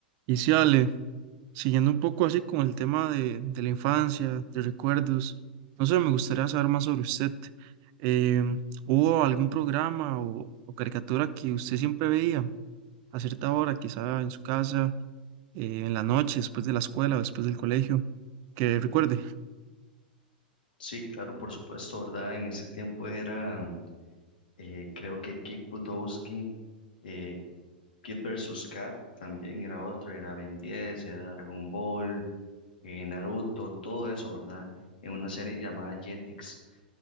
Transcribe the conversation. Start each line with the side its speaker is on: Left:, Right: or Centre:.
Right: Y sí, Ale, siguiendo un poco así con el tema de, de la infancia, de recuerdos, no sé, me gustaría saber más sobre usted. Em, ¿hubo algún programa o, o caricatura que usted siempre veía a cierta hora, quizá en su casa, eh, en la noche, después de la escuela, o después del colegio? Que recuerde.
Left: Sí, claro, por supuesto, ¿verdad? En ese tiempo era, eh, creo que Kick Butowski, eh, Kid versus Kat también era otro, era Ben 10, era Dragon Ball, eh, Naruto, todo eso, ¿verdad? En una serie llamada Jetix,